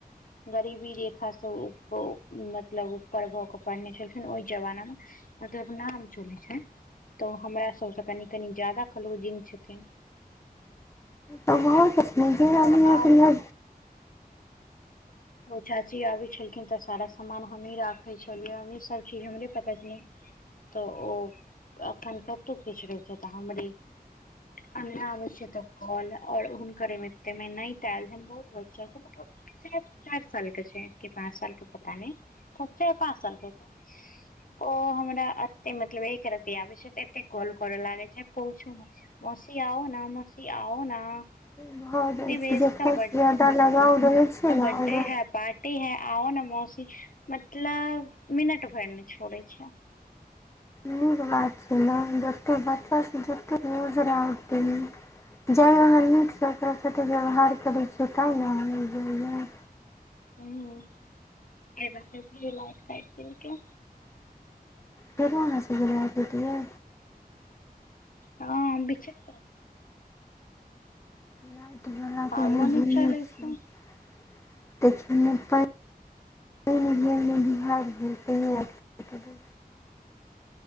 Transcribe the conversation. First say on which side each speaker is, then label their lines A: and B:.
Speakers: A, on the left (about 60°); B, on the left (about 15°).
A: गरीबी रेखा सँ मतलब उऊपर भऽ, कऽ पढ़ने छलखिन ओइह जमाना मे मतलब नाम चलै छइन तऽ हमरा सभसँ कनि -कनि ज्यादा कलोजिंग छथिन
B: बहुत अपने जेी यहाँ
A: तऽ
B: <unintelligible>
A: आब ओ चाची आबे छलखिन तऽ, सारा समामान हमही राखे छलियै, हमही सब चीज हमरे पता छलै तऽ ओ अखन कतहुँ किछु रहैत छै, तऽ हमरे अगना आबे छै त कहल और हुनकर एमे तैमे नईत आयल छ बहुत बच्चा छै, मतलब चाइर - चाइर सालके छै, की पाँच सालके पता नय चार पाँच सालके छय ओ हमरा एते मतलब एक रती आबे छै एते कॉल करऽ लागे छै, पूछू मत मौसी आओ नऽ मोसी आओ नऽ,
B: भऽ जाइ
A: बिवेश
B: छै जकरा
A: सब बरिया
B: ज्यादा लगाव
A: बिवेश
B: रहै
A: सब
B: छै ने
A: बरिया
B: ओकरा
A: पार्टी है आओ न मौसी मतलब मिनट भरि ने छोड़े छै।
B: नीक बात छै ने जतेक बच्चासँ जतेक न्यूज रह उत ह जाहि अहाँ नीकसँ ओकरा साथे व्यवहार करै छियै तैहि ने अहाँए लग रहया
A: हुँ <inaudible> लाइट काटि देलकए
B: फेरो अहाँसँ घुला देतियै
A: हँ बि छै <unintelligible>
B: राइत बाला त
A: आगो
B: बुझले
A: नहि चलै
B: छो।
A: छै
B: <inaudible> नहि बिहार भेल तहि आ <unintelligible>